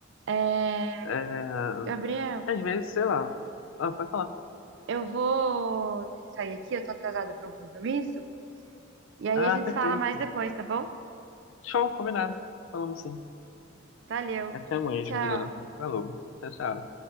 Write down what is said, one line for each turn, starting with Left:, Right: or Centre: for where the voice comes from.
Right: é...
Left: É,
Right: Gabriel,
Left: às vezes, sei lá. Ah, pode falar.
Right: eu vou ter que sair aqui, eu tô atrasada para um compromisso. E aí
Left: Ah,
Right: a gente
Left: perfeito.
Right: fala mais depois, tá bom?
Left: Show, combinado. Falamos sim.
Right: Valeu.
Left: Até amanhã,
Right: Tchau.
Left: Juliana. Falou. Tchau, tchau.